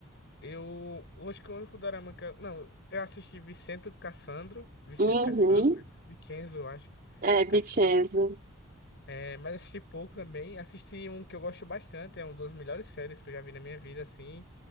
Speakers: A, on the left (about 60°); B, on the right (about 45°).
A: eu, eu acho que o único dorama que eu, não, eu assisti Vicente Cassandro, Vicente
B: Uhum.
A: Cassandro, Vicenzo, eu acho,
B: É, Vincenzo.
A: Cassandro. É, mas assisti pouco também. Assisti um que eu gosto bastante, é uma das melhores séries que eu já vi na minha vida, assim,